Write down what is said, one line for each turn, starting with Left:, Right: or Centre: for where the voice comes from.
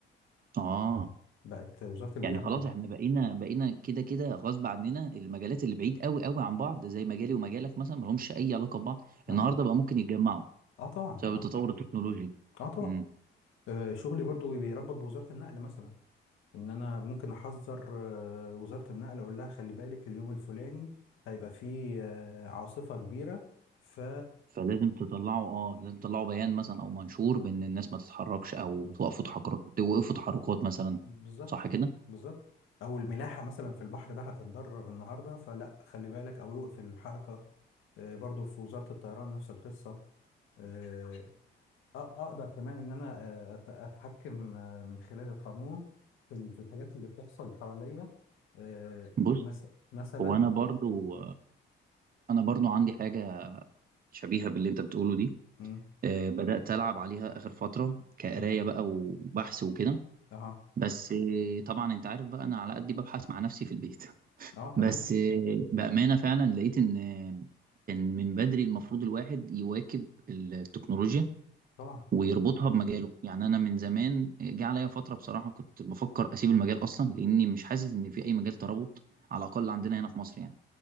Right: اه
Left: بقت وزارة البيئة
Right: يعني
Left: من
Right: خلاص
Left: ال...
Right: احنا بقينا بقينا كده كده غصب عننا المجالات اللي بعيد قوي قوي عن بعض زي مجالي ومجالك مثلا ملهمش اي علاقه ببعض
Left: اه
Right: النهارده بقى ممكن يتجمعوا
Left: اه طبعا
Right: بسبب
Left: طبعا
Right: التطور التكنولوجي
Left: اه طبعا
Right: امم
Left: آه شغلي برضو بيربط بوزارة النقل مثلا ان انا ممكن احذر آه وزارة النقل اقول لها خلي بالك اليوم الفلاني هيبقى فيه آه عاصفة كبيرة ف
Right: فلازم تطلعوا اه لازم تطلعوا بيان مثلا او منشور بان الناس ما تتحركش او توقفوا تحرك توقفوا تحركات مثلا
Left: بالظبط
Right: صح كده
Left: بالظبط او الملاحه مثلا في البحر ده هتتضرر النهارده فلا خلي بالك او يوقف الحركه آه، برضو في وزاره الطيران نفس القصه آه، أ- اقدر كمان ان انا آه، أت- اتحكم آه، من خلال القانون في ال- في الحاجات اللي بتحصل حواليا آه،
Right: بص
Left: مس- مثلا
Right: هو انا برضو انا برضو عندي حاجه شبيهه باللي انت بتقوله دي
Left: مم،
Right: آه، بدات العب عليها اخر فتره كقرايه
Left: تمام
Right: بقى وبحث وكده
Left: اها
Right: بس آه، طبعا انت عارف بقى انا على قد ببحث مع نفسي في البيت <laughs>
Left: اه تمام
Right: بس آه، بامانه فعلا لقيت ان آه، كان من بدري المفروض الواحد يواكب التكنولوجيا
Left: طبعا
Right: ويربطها بمجاله يعني انا من زمان آه، جه عليا فتره بصراحه كنت بفكر اسيب المجال اصلا لاني مش حاسس ان في اي مجال ترابط على الاقل عندنا هنا في مصر يعني